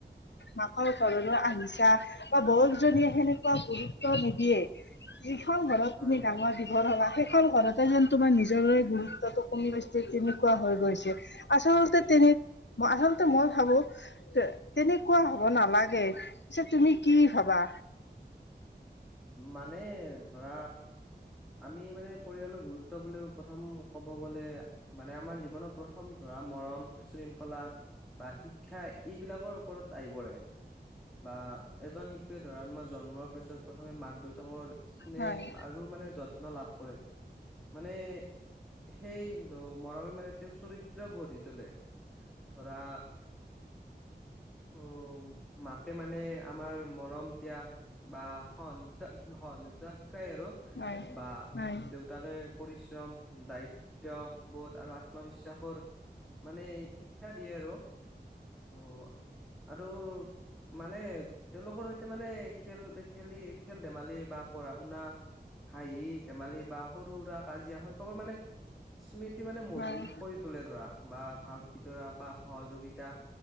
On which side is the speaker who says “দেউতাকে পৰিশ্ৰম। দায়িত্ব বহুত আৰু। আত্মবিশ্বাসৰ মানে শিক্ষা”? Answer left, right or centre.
Centre